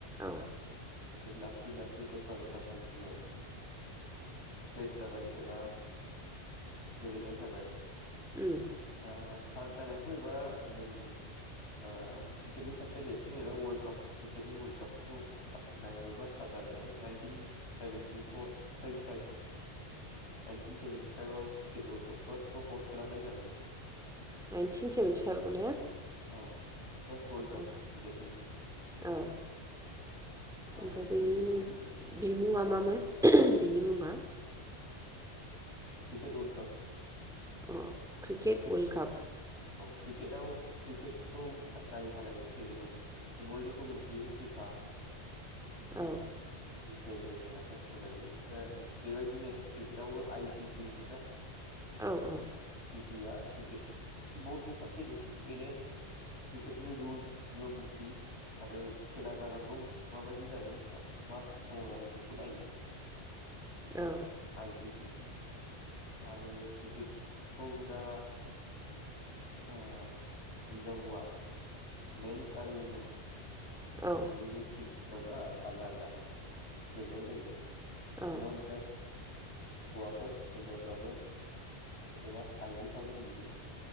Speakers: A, in the centre; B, on the left.
A: औ।
B: बिसोर लासै लासै दस्रा दस्रा कान्ट्रियाव स्प्रेड जाबाय एबा गेलेनाय जाबाय।
A: उम
B: दा सिटार्ट जानायखौ एबा जों ओ क्रिकेटनि साबसे देरसिन एबा वर्ल्ड काप क्रिकेटनि वर्ल्ड कापखौ नायहरोबा स्टार्ट जानाया नाइनटिन सेभेनटिफर सेभेनटिफाइभ नाइनटिन सेभेेनटिफाइभआव क्रिकेट वर्ल्डखौ फार्स्ट खौ हस्ट खालामनाय जादोंमोन।
A: नाइनटिन सेभेेनटिफाइभआव ने?
B: औ। फार्स्ट वर्ल्ड काप
A: दि
B: क्रिकेटनि
A: औ ओमफ्राय
B: आरो
A: बेनि
B: बेजों
A: बि मु मामोन
B: औ
A: बिनि मुङा?
B: Cricket world cup.
A: औ। क्रिकेट वर्ल्ड काप
B: क्रिकेटाव क्रिकेटखौ जाय सालायो जेरै जों फुटबलनिखौ मिथियो फिफा
A: औ।
B: फ्रिफेरेसना सारिस लायो बेबायदिनो क्रिकेटआवबो आइसि सि होनोना
A: औ औ।
B: या क्रिकेट बर्डनि साबसे देरसिन बेनो क्रिकेटनि रुल्स नियमथि आरो खेला जानांगौ माबायदि जागोन मा समाव जागोन बेखौ नायो।
A: औ
B: आइ सि सि आरो क्रिकेटखौ दा ओ हिनजाव हौवा मेन्स आरो उमेनस
A: औ
B: मोनैबो थिम दंना आलदा आलदा गेलेनाय जायो।
A: औ
B: न'त जास हौवाफोर हिनजावफ्राबो एबा आइजोफ्राबो गेलेयो।